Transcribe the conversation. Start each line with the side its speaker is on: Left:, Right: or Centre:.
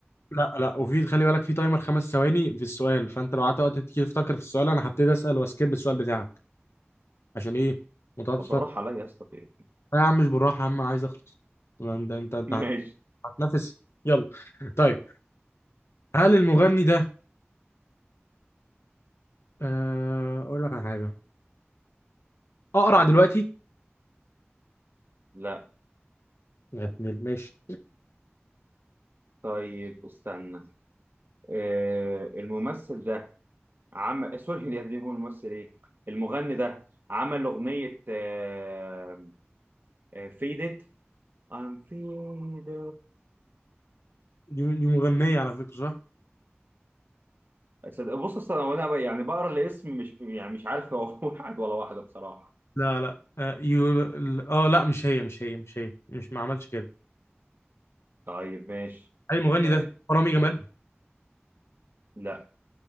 Left: لا لا وفي خلي بالك في تايمر خمس ثواني في السؤال فانت لو قعدت وقت كتير تفكر في السؤال انا هبتدي اسال واسكيب السؤال بتاعك عشان ايه ما تقعدش
Right: طب بالراحة
Left: تفكر
Right: عليا يا اسطى في إيه؟
Left: لا يا عم مش بالراحه يا عم انا عايز اخلص ما انت انت انت
Right: <laughs> ماشي
Left: هت- هتنافس يلا طيب هل المغني ده آه، اقول لك على حاجه اقرع دلوقتي
Right: لا
Left: يا ابن ماشي
Right: طيب استنى آه... الممثل ده عمل سوري يا دي بقول الممثل ايه المغني ده عمل أغنية آه... آه... فيدت I'm faded
Left: دي دي مغنيه على فكره صح
Right: صد- بص اصل انا وانا ب- يعني بقرا الاسم مش يعني مش عارف هو <laughs> واحد ولا واحده بصراحه
Left: لا لا اه يو... ال- آه، لا مش هي مش هي مش هي مش ما عملش كده
Right: طيب ماشي
Left: هل المغني
Right: طيب
Left: ده رامي جمال
Right: لا